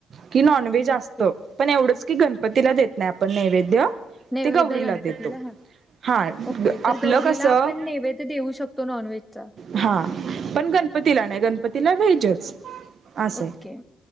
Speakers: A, on the right; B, in the centre.
A: की नॉनव्हेज
B: ओके.
A: असत पण एवढंच की गणपतीला देत नाही आपण नैवेद्य
B: नैवेद
A: ते गौरीला
B: गणपतीला
A: देतो
B: हा
A: हा
B: ओके तर
A: आपलं
B: गौरीला
A: कसं
B: आपण नैवेद्य देऊ शकतो नॉन व्हेजचा
A: हा पण गणपतीला नाही गणपतीला व्हेजच असं
B: ओके
A: आहे.